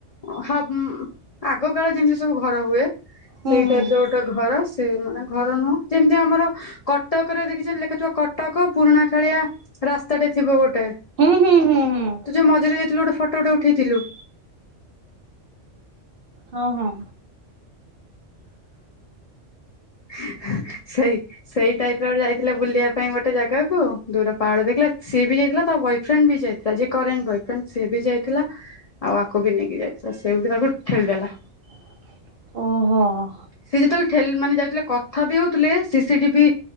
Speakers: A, on the left; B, on the right.
A: ଉଁ ଆଗ କାଳ ଯେମିତି ସବୁ ଘର ହୁଏ
B: ହୁଁ
A: ସେଇ
B: ହୁଁ
A: ଟାଇପ ର ଗୋଟେ ଘରଅଛି। ସେ ମାନେ ଘର ନୁହଁ ଯେମିତି ଆମର କଟକରେ ଦେଖିମତି ଲେଖୁଥିବା କଟକ ପୁରୁଣା ଖାଳିଆ ରାସ୍ତା ଟେ ତୁ
B: ହୁଁ ହୁଁ ହୁଁ ହୁଁ
A: ଯୋଉ ମଝିରେ ଯାଇଥିଲୁ ଗୋଟେ ଫଟୋ ଗୋଟେ ଉଠେଇଥିଲୁ
B: ହଁ ହଁ।
A: ହଁ। ସେଇ ସେଇ ଟାଇପ ରେ ଗୋଟେ ଯାଇଥିଲା ବୁଲିବା ପାଇଁ ଗୋଟେ ଜାଗାକୁ ଦୂର ପାହାଡ ଦେଖିଲା ସିଏ ବି ଯାଇଥିଲା ତ ବୟଫ୍ରେଣ୍ଡ ବି ଯାଇଥିଲା ଯ କରେ ବୟଫ୍ରେଣ୍ଡ ସି ବି ଯାଇଥିଲା ଆଉ ଆଗକୁ ବି ନେଇକି ଯାଇଥିଲା ସେ ତାକୁ ଠେଲିଦେଲା।
B: <unintelligible> <inaudible> ଓହୋ।
A: ସେ ଯେତେବେଳେ ଠେ ମାନେ ଯାଉଥିଲା। କଥା ବି ହଉଥିଲେ ସିସିଟିଭି